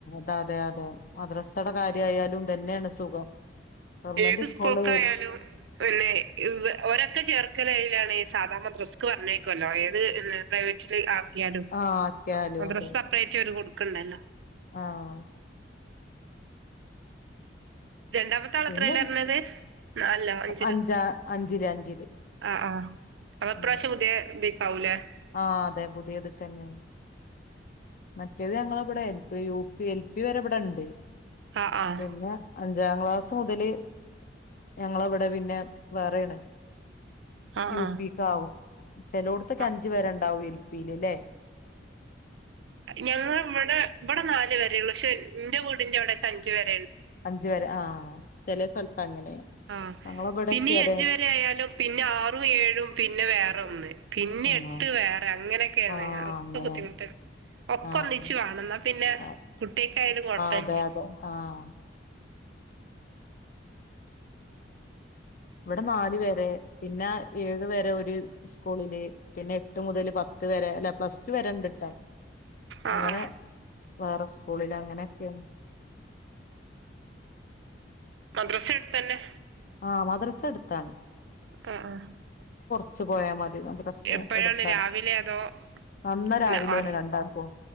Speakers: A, on the left (about 50°); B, on the right (about 75°).
A: ത അതെ മദ്രസയുടെ കാര്യയാലും ഇതന്നെയാണ് സുഖം ഗവൺമെന്റ്
B: ഏത്
A: സ്കൂളില്-
B: സ്കൂൾക്കായാലും പിന്നെ ഓരൊക്കെ- ചേർക്കല് എതിലാണ് സാധാരണ റിസ്ക് പറഞ്ഞേക്കുവല്ലോ ഏത് പ്രൈവറ്റില് ആ- ക്കിയാലും
A: ആഹ് ആക്കിയാലും
B: മദ്രസ
A: അതെ
B: സെപ്പറേറ്റ് അവര് കൊടു ക്കണ്ടല്ലോ
A: ആഹ്
B: രണ്ടാമത്തെ ആളത്രേല്ലാ
A: പിന്നെ
B: ഇരുന്നത് നാലിലോ അഞ്ചിലോ
A: അഞ്ചാ അഞ്ചില് അഞ്ചില്
B: ആഹ് ആഹ് അടുത്തപ്രാവശ്യം
A: ഉം
B: പുതിയ ഇതി പൗല <unintelligible>
A: ആഹ് അതെ പുതിയതി തന്നെയാണ് മറ്റേത് ഞങ്ങളവിടെ എൽപി യു പി എൽപി വരെ ഇവിടെ ഇണ്ട്
B: ആഹ് ആഹ്
A: പിന്നെ <unintelligible> ഏഴാം ക്ലാസ്സ് മുതല് ഞങ്ങളവിടെ പിന്നെ- വേറെയാണ്
B: ആഹ്
A: യുപി
B: ആഹ്
A: ക്കാവും ചെലോടുത്തൊക്കെ
B: ആഹ്
A: അഞ്ച് വരെണ്ടാവും എൽപീലല്ലേ
B: ഞങ്ങ ഇവിടെ ഇവിടെ നാല് വരെ ഉള്ളു പക്ഷെ എന്റെ വീടിന്റെ അവിടെ അഞ്ച് വരെ
A: അഞ്ച് വരെ ആഹ് ചെല സ്ഥലത്ത് അങ്ങനെയാ
B: ആഹ്
A: ഞങ്ങളിവിടൊക്കെ
B: പിന്നെ ഈ
A: അതെ
B: അഞ്ച് വരെ ആയാലും പിന്നെ ആറും ഏഴും പിന്നെ വേറെ ഒന്ന് പിന്നെ
A: ആഹ്
B: എട്ട് വേറെ അങ്ങനെയക്കെ
A: ആഹ്
B: ഒക്കെ
A: അങ്ങനെ
B: ബുദ്ധിമുട്ട് ഒക്കെ
A: ആഹ്
B: ഒന്നിച്ചു വേണം എന്നാ പിന്നെ
A: ആഹ്
B: കുട്ടിയക്കായാലും കൊഴപ്പല്യ
A: അതെ അതെ ആഹ് ഇവിടെ നാലു വരെ പിന്നെ ഏഴു വരെ ഒരു- സ്കൂളില് പിന്നെ എട്ട് മുതല് പത്ത് വരെ അല്ല പ്ലസ് ടു വരെ ഉണ്ടുട്ടോ
B: ആഹ്
A: അങ്ങനെ
B: ആഹ്
A: വേറെ സ്കൂളിൽ അങ്ങനെയൊക്കെയ
B: മദ്രസ അടുത്തന്നെ
A: ആഹ് മദ്രസ അടുത്താണ്
B: ആഹ് ആഹ്
A: കൊറച്ചു പോയ മത് മദ്രസ
B: എപ്പോഴാണ്
A: അടുത്താണ്
B: രാവിലെ അതോ
A: അന്ന് രാവിലെയാണ്
B: പിന്നെ ആറ്
A: രണ്ടാക്കും